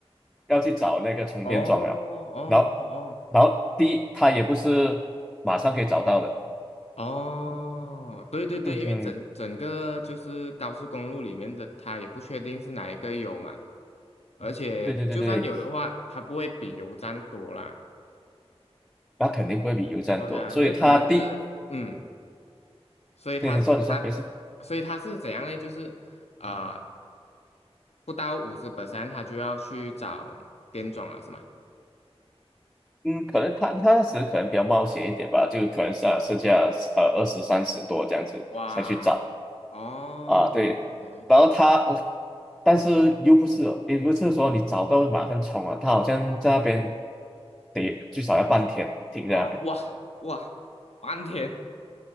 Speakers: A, in the centre; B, on the left.
A: 要去找那个充电桩了，
B: 哦哦哦
A: 然后然后第一它也不是马上可以找到的，
B: 哦哦，对对对，
A: 嗯嗯。
B: 因为整整个就是高速公路里面的，它也不确定是哪一个有嘛，而且就算有的话，
A: 对对对对，
B: 它不会比油站多啦。
A: 那肯定不会比油站多，
B: 对呀，
A: 所以他第，
B: 因为可能是嗯，所以它它
A: 那你说你说没事，
B: 所以它是怎样呢？就是啊呃，不到五十 percent，它就要去找店装了，是吗？
A: 嗯，可能他他那时可能比较冒险一点吧，就可能是啊剩下呃二十三十多这样子才去找
B: 哇，哦，OK
A: 啊，对，
B: OK，
A: 然后他，但是又不是哦也不是说你找到马上冲啊，他好像在那边得最少要半天停在那边，
B: 哦，哇哇，半天。